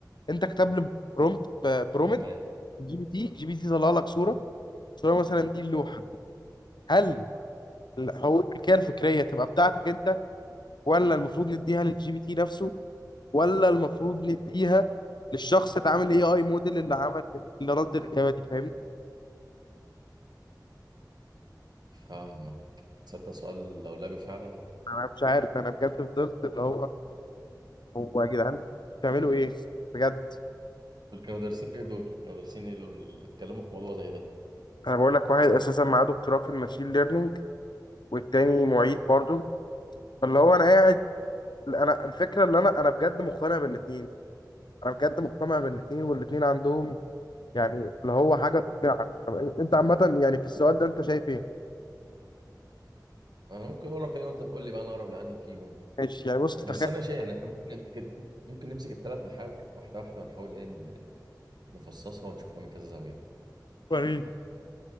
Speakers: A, on the left (about 80°); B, on the right (about 70°).
A: انت كتب لي برومت برومت
B: تمام
A: جي بي تي جي بي تي طلع لك صوره صوره مثلا دي اللوحه هل الحقوق الملكيه الفكريه تبقى بتاعتك انت ولا المفروض نديها للجي بي تي نفسه ولا المفروض نديها للشخص اللي عامل اي اي موديل اللي عمل اللي رد الاجابه دي فاهمني
B: فاهمك تصدق سؤال لولبي فعلا
A: انا مش عارف انا بجد فضلت اللي هو هو يا جدعان بتعملوا ايه بجد
B: دول كانوا دارسين ايه دول كانوا دارسين ايه دول اللي اتكلموا في موضوع زي ده
A: انا بقول لك واحد اساسا معاه دكتوراه في الماشين ليرنينج والتاني معيد برضه فاللي هو انا قاعد
B: يعني
A: انا الفكره اللي انا انا بجد مقتنع بالاثنين انا بجد مقتنع بالاثنين والاثنين عندهم يعني اللي هو حاجه تقنعك طب انت عامه يعني في السؤال ده انت شايف ايه
B: انا ممكن اقول لك ايه وانت تقول لي بقى انا اقرب لانهي فيهم
A: ماشي يعني بص تخيل
B: بس انا شايف يعني احنا ممكن نمسك ممكن ممكن نمسك الثلاث محاور واحده واحده ونحاول ايه ن- ن- نفصصها ونشوفها من كذا زاويه
A: وريني